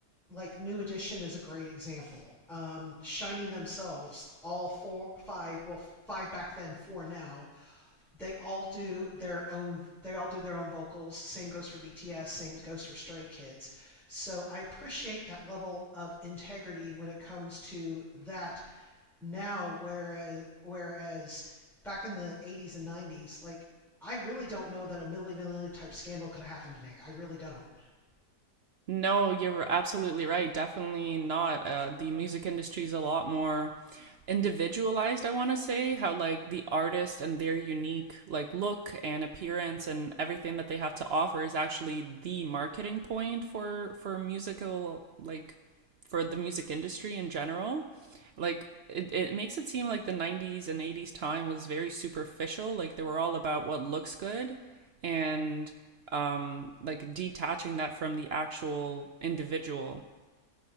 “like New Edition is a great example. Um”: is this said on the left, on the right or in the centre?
Centre